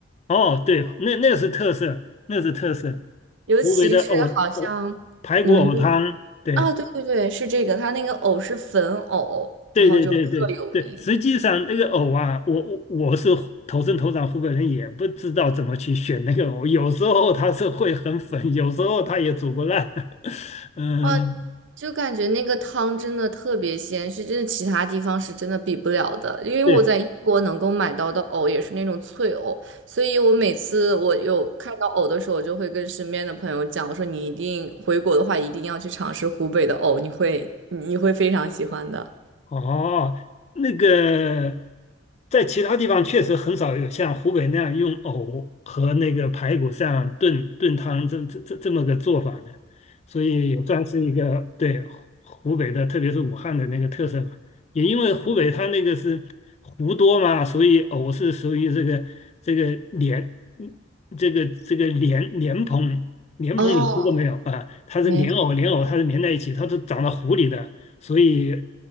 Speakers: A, on the left; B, on the right.
A: 哦，对，那那个是特色，那是特色，
B: 尤其是好像你们那
A: 湖北的藕藕排骨藕汤，对
B: 啊，对对对，是这个，它那个藕是粉藕，
A: 对对对对对，
B: 然后就特有名。
A: 实际上那个藕啊，我我我是土生土长湖北人，也不知道怎么去选那个藕，有时候它是会很粉，有时候它也煮不烂，<laughs> 嗯，
B: 哇。就感觉那个汤真的特别鲜，是真的其他地方是真的比不了的。因为我在英国能够买到的藕也是那种脆藕，
A: 对，
B: 所以我每次我有看到藕的时候，我就会跟身边的朋友讲，我说你一定回国的话，一定要去尝试湖北的藕，你会你会非常喜欢的。
A: 哦，那个在其他地方确实很少有像湖北那样用藕和那个排骨这样炖炖汤这这这这么个做法的，所以也算是一个对湖湖北的，特别是武汉的那个特色吧。也因为湖北它那个是湖多嘛，所以藕是属于这个这个莲，嗯这个这个莲莲蓬莲蓬你吃过没有啊？
B: 哦，
A: 它是莲藕莲藕它是连在一起，
B: 没
A: 它都长到湖里的。所以